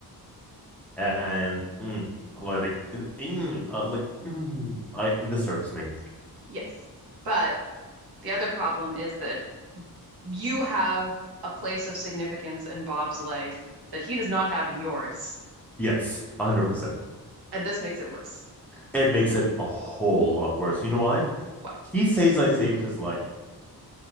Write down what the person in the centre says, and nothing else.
and mm, like mm, uh, like mm, I this irks me.
Yes, one hundred percent.
It makes it a whole lot worse. You know why?
He says I saved his life.